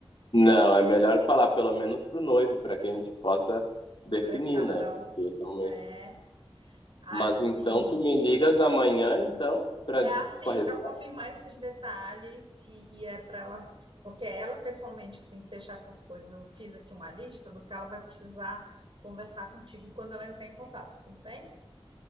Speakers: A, on the left (about 50°); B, on the right (about 55°).
A: Não, é melhor falar pelo menos pro noivo, para que a gente possa definir,
B: Prepara,
A: né? Porque
B: o-
A: realmente.
B: né? Assim.
A: Mas então tu me ligas amanhã, então, para
B: É assim,
A: com a resposta?
B: para confirmar esses detalhes, e, e é para ela, porque é ela pessoalmente que tem que fechar essas coisas. Eu fiz aqui uma lista do que ela vai precisar conversar contigo quando ela entrar em contato, tudo bem?